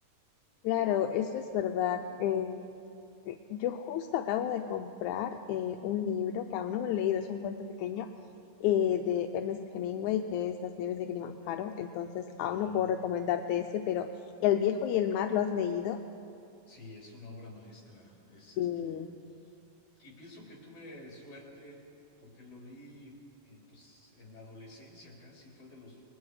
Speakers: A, on the left; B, on the left.
A: Claro, eso es verdad. Eh, eh, yo justo acabo de comprar eh, un libro que aún no me lo he leído, es un cuento pequeño eh, de Ernest Hemingway, que es Las nieves de Kilimanjaro. Entonces, aún
B: Ah,
A: no puedo recomendarte ese, pero El viejo y el mar, ¿lo has leído?
B: sí, es una obra maestra, es
A: Sí.
B: este, y pienso que tuve suerte porque lo leí, eh, pues, en la adolescencia casi, fue de los